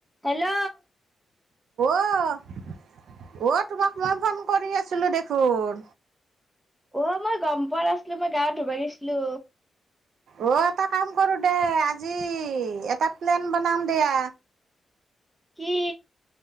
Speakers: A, in the centre; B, on the right (about 80°).
A: Hello.
B: অ', অ' তোমাক মই ফন কৰি আছিলো দেখোন।
A: অ' মই গম পোৱা নাছলো মই গাঁ ধুবা গেছলো।
B: অ' এটা কাম কৰো দে আজি এটা প্লেন বনাম দিয়া।
A: কি